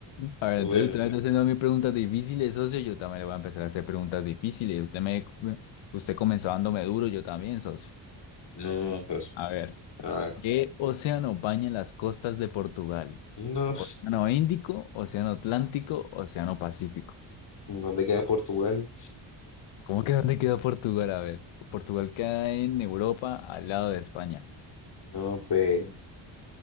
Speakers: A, on the left; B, on the left.
A: A ver,
B: Bueno,
A: entonces usted me está haciendo a mí preguntas difíciles, socio. Yo también le voy a empezar a hacer preguntas difíciles. Usted me, usted comenzó dándome duro, yo también, socio.
B: no, pues,
A: A ver,
B: a ver,
A: ¿qué océano baña las costas de Portugal?
B: no,
A: ¿Océano Índico, Océano Atlántico, Océano Pacífico?
B: ¿dónde queda Portugal?
A: ¿Cómo que dónde queda Portugal? A ver, Portugal queda en Europa, al lado de España.
B: No, pues,